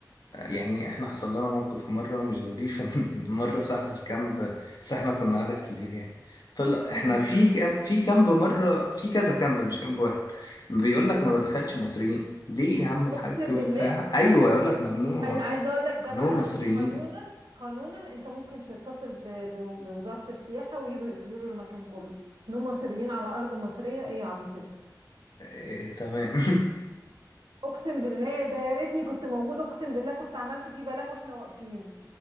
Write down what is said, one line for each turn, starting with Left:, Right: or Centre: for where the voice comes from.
Left: يعني احنا حصل لنا موقف مرة مش ظريف <laughs> إن مرة صاحب الكامب بس احنا كنا عدد كبير يعني طلع
Right: مم.
Left: احنا في كامب في كامب مرة في كذا كامب مش كامب واحد بيقول لك ما بدخلش مصريين ليه يا عم الحاج
Right: اقسم
Left: وبتاع
Right: بالله
Left: ايوه يقول لك ممنوع
Right: انا عايزه اقول لك ده
Left: ممنوع
Right: بقى
Left: مصريين
Right: قانونا قانونا انت ممكن تتصل ب- ب- بوزاره السياحه ويجوا يقفلوا له المكان كله انهم مصريين على ارض مصريه ايه يا عبيط انت
Left: إيه تمام <laughs>
Right: اقسم بالله ده يا ريتني كنت موجود اقسم بالله كنت عملت فيه بلاغ واحنا واقفين